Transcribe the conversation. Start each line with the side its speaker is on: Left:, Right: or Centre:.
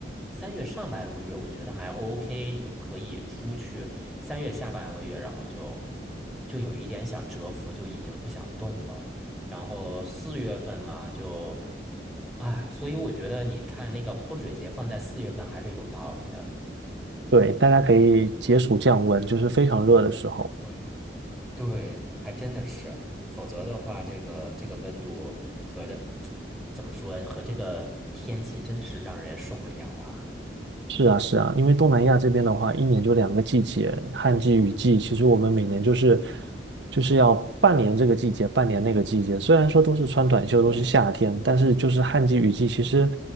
Centre: 三月上半个月我觉得还 OK，你可以出去。三月下半个月，然后就就有一点想蛰伏，就已经不想动了。然后四月份嘛，就啊，所以我觉得你看那个泼水节放在四月份还是有道理的。
Right: 对，大家可以解暑降温，就是非常热的时候。
Centre: 对对，还真的是，否则的话，这个这个温度和这 <tsk> 怎么说呀，和这个天气真的是让人受不了啊。
Right: 是啊，是啊，因为东南亚这边的话，一年就两个季节，旱季、雨季。其实我们每年就是就是要半年这个季节，半年那个季节。虽然说都是穿短袖，
Centre: 对，
Right: 都是夏天，但是就是旱季、雨季，其实